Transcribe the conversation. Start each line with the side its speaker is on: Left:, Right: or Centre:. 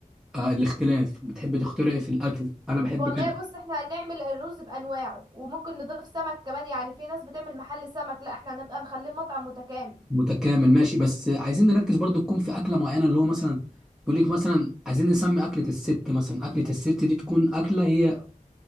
Centre: آه الاختلاف بتحب تخترعي في الاكل انا بحب
Right: والله
Centre: كده
Right: بص احنا هنعمل الرز بانواعه وممكن نضيف سمك كمان يعني في ناس بتعمل محل سمك لا احنا هنبقى نخليه مطعم متكامل
Centre: متكامل ماشي بس عايزين نركز برضو تكون في اكلة معينة اللي هو مثلا يقول لك مثلا عايزين نسمي اكلة الست مثلا اكلة الست دي تكون اكلة هي